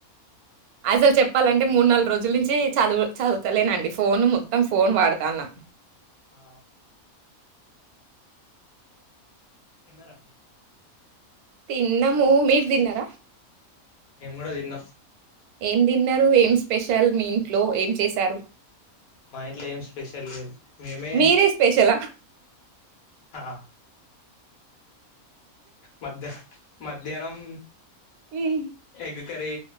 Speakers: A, on the right; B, on the left.
A: అసలు చెప్పాలంటే మూడు నాలుగు రోజుల నుంచి చదువు చదువుతలేనండి ఫోన్ మొత్తం ఫోన్ వాడతాన్నా
B: ఆ తిన్నారండి
A: తిన్నము మీర్ తిన్నర
B: మేము గుడా తిన్న
A: ఏం తిన్నారు ఏం స్పెషల్ మీ ఇంట్లో ఏం చేశారు
B: మా ఇంట్లో ఏం స్పెషల్ లేదు మేమే
A: మీరే స్పెషలా
B: హా మధ్య మధ్యానం
A: హ్మ్.
B: హెగు కర్రీ